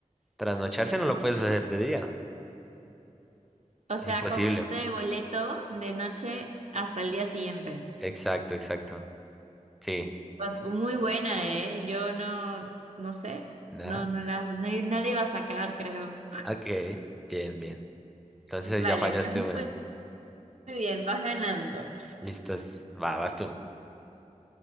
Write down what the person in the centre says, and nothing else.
Trasnocharse no lo puedes hacer de día.
Es
imposible.
Exacto, exacto. Sí.
Nada.
Ok, bien, bien. Entonces
ahí
ya fallaste
una.
Listos. Va, vas tú.